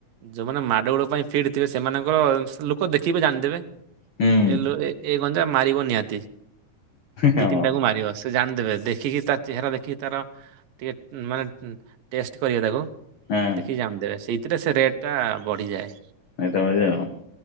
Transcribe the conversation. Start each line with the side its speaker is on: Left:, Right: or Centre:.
Right: ଯୋଉମାନେ ମାଡ଼ ଗୋଳ ପାଇଁ ଫିଟ୍ ଥିବେ, ସେମାନଙ୍କର ଲୋକ ଦେଖିକି ଜାଣିଦେବେ।
Left: ହୁଁ।
Right: ଏ ଲ ଏ ଗଞ୍ଜା ମାରିବ ନିହାତି,
Left: ହଁ।
Right: ଦିଇ ତିନିଟାକୁ ମାରିବ ସେ। ସେ ଜାଣିଦେବେ ଦେଖିକି, ତା ଚେହେରା ଦେଖିକି ତାର ଟିକେ ମାନେ ଟେଷ୍ଟ କରିବେ ତାକୁ
Left: ହଁ
Right: ଦେଖିକି ଜାଣି ଦେବେ, ସେଇଥିରେ ସେ ରେଟ୍ ଟା ବଢିଯାଏ।
Left: <unintelligible>